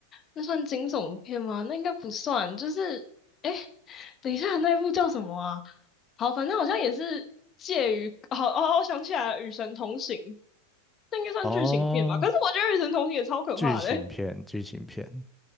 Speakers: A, on the left (about 25°); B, in the centre.
A: 那算惊悚片吗？那应该不算，就是哎，诶等一下，那一部叫什么啊？好，反正好像也是介于，好哦，我想起来了，《与神同行》，那应该算剧情片吧？
B: 哦，
A: 可是我觉得《与神同行》也超可怕的、
B: 剧情片，
A: <laughs> 欸
B: 剧情片，